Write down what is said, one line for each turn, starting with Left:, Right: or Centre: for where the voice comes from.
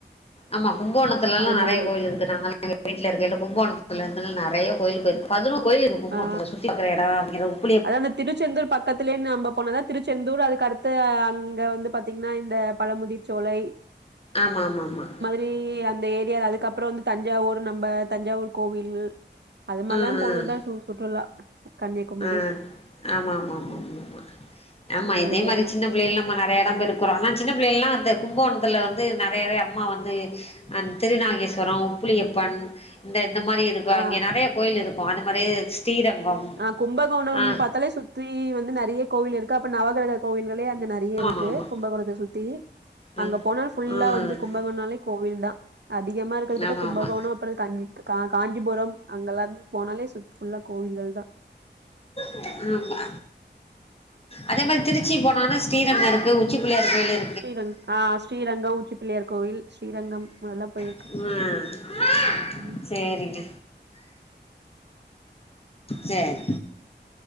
Left: ஆமா கும்போணத்துல எல்லா
Right: அது மாதிரி
Left: நெறைய கோயில் இருக்கு நாங்கல்லா எங்க வீட்டுல இருக்க இல்ல கும்போணத்துல இருந்துலா நெறைய கோயில் போயிருக்கோ பதுனோர் கோயில் இருக்கு கும்பகோணத்துல
Right: ஆ
Left: சுத்தி பாக்கிற எட <unintelligible>
Right: அதா அந்த திருச்செந்தூர் பக் கத்திலயே நம்ம போனது தா திருச்செந்தூர் அதுக்கடுத்து அங்க வந்து பாத்தீங்கன்னா இந்த பழமுதிர் சோலை
Left: ஆமா ஆமா ஆமா
Right: ரீ அந்த ஏரியால அதுக்கப்றோ வந்து தஞ்சாவூர் நம்ப தஞ்சாவூர் கோவில் அத மார்லா
Left: ம்
Right: போனதுதா
Left: ம்
Right: சு சுற்றுலா கன்னியாகுமரி
Left: ஆ ஆமாமாமாமாமா
Right: ம்
Left: ஆமா
Right: அந்த
Left: இதே
Right: ஏரியாலா
Left: மாதிரி சின்ன பிள்ளை எல்லா <unintelligible> ஆனா சின்ன பிள்ளைகல்லா இந்த கும்பகோணத்துல வந்து நறையவே அம்மா வந்து ஆ திருநாகேஸ்வரோ உப்புளியப்பன் இந்த இந்த மாரி இருக்கோ அங்கே
Right: ஆ
Left: நெறைய கோயில் இருக்கோ அந்த மாரியே ஸ்ரீரங்கம்
Right: அ கும்பகோணம்
Left: ஆ
Right: பாத்தாலே சுற்றி வந்து நறைய கோவில் இருக்கு அப்ப நவகிரக கோவில்களே அங்க ந நறைய இருக்கு
Left: ஆமா ஆமா
Right: கும்பகோணத்த சுத்தி
Left: ஆ
Right: அங்க போனால் ஃபுல்லா
Left: ஆ
Right: வந்து கும்பகோணாலே கோவில்தா அதிகமா இருக்கத பாத்தா
Left: ஆமா
Right: கும்பகோண
Left: ஆமா
Right: அப்பறம் கஞ் கா காஞ்சிபுரம் அங்கல்லா போனாலே சுத் ஃபுல்லா கோவில்கள் தா
Left: ஆம்ம அதே
Right: ம்
Left: மாரி திருச்சி போனன்ன ஸ்ரீரங்க இருக்கு உச்சிபுள்ளையார் கோயிலு இரு
Right: ஸ்ரீரங் ஆ ஸ்ரீரங்கொ உச்சிப்பிள்ளையார் கோவில் ஸ்ரீரங்கம் நல்லா பொயிட்
Left: ம்அ
Right: ம்
Left: சேரிங்க சேர்